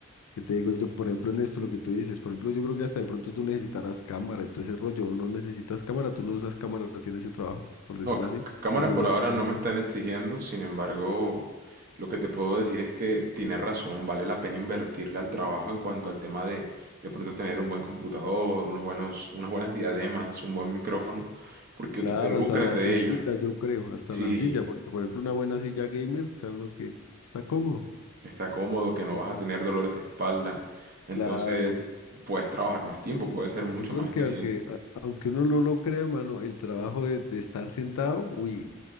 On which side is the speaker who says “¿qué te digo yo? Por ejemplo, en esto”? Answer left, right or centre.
Left